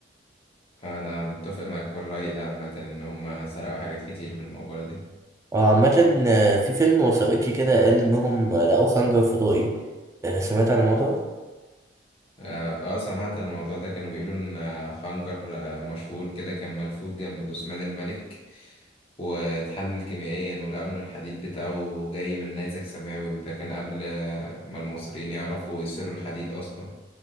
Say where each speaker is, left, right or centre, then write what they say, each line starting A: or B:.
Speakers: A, on the left (about 30°); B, on the right (about 15°).
A: انا متفق معاك في الرأي ده عامة ان هم سرقوا حاجات كتير من المقبرة دي
B: آه، عامة آه، في فيلم وثائقي كده قال إنهم لقوا خنجر فضائي آه، سمعت عن الموضوع ده؟
A: اه آه، سمعت عن الموضوع ده كانوا بيقولوا ان آه، خنجر آه، مشهور كده كان ملفوف جنب جثمان الملك واتحلل كيميائيا ولقوا ان الحديد بتاعه جاي من نيزك سماوي وده كان قبل آه، ما المصريين يعرفوا يصيروا الحديد اصلا